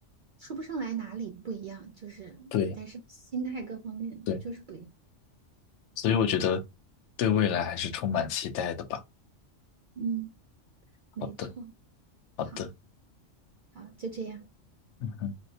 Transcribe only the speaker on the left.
对对，所以我觉得对未来还是充满期待的吧。
好的，好的，
嗯哼。